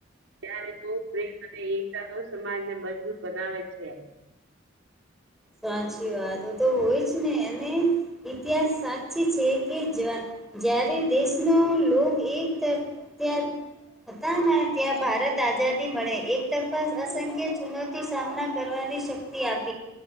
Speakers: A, on the right (about 75°); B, in the centre.
A: ત્યારે તો પ્રેમ અને એકતા તો સમાજને મજબૂત બનાવે છે.
B: સાચી વાતો તો હોય જ ને અને ઇતિહાસ સાક્ષી છે કે જ જ્યારે દેશનો લો એક ત્યાં હતા ને ત્યાં ભારત આઝાદી મળે એક તરફા અસંખ્ય ચુનૌતી સામના કરવાની શક આપ